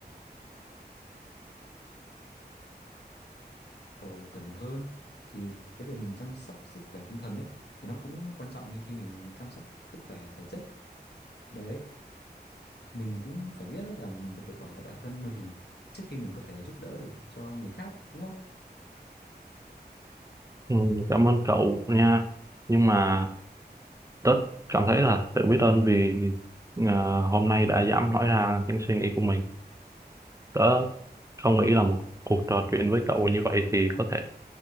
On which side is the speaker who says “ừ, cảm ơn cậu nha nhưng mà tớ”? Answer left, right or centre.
Right